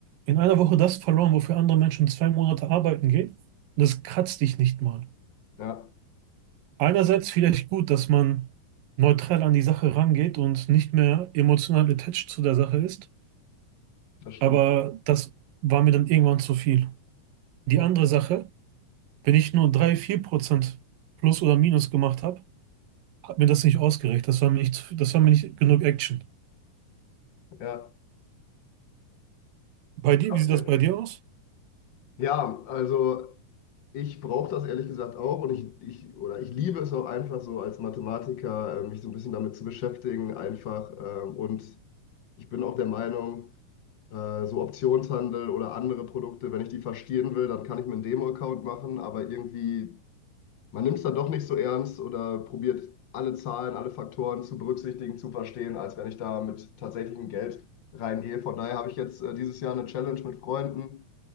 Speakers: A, on the right (about 85°); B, on the left (about 80°).
A: in einer Woche das verloren, wofür andere Menschen zwei Monate arbeiten gehen und das kratzt dich nicht mal.
B: ja,
A: einerseits vielleicht gut, dass man neutral an die Sache rangeht und nicht mehr emotional attached zu der Sache ist,
B: das stimmt.
A: aber das war mir dann irgendwann zu viel. Die
B: Okay.
A: andere Sache, wenn ich nur 3, 4 Prozent plus oder minus gemacht habe, hat mir das nicht ausgereicht. Das war mir nicht, zu- das war mir nicht genug Action.
B: Ja,
A: Bei dir,
B: okay.
A: wie sieht das bei dir aus?
B: Ja, also ich brauche das ehrlich gesagt auch und ich, ich oder ich liebe es auch einfach so als Mathematiker, äh, mich so ein bisschen damit zu beschäftigen einfach ähm, und ich bin auch der Meinung äh, so Optionshandel oder andere Produkte, wenn ich die verstehen will, dann kann ich mir einen Demo-Account machen, aber irgendwie, man nimmt es dann doch nicht so ernst oder probiert alle Zahlen, alle Faktoren zu berücksichtigen, zu verstehen, als wenn ich da mit tatsächlichem Geld reingehe. Von daher habe ich jetzt äh, dieses Jahr eine Challenge mit Freunden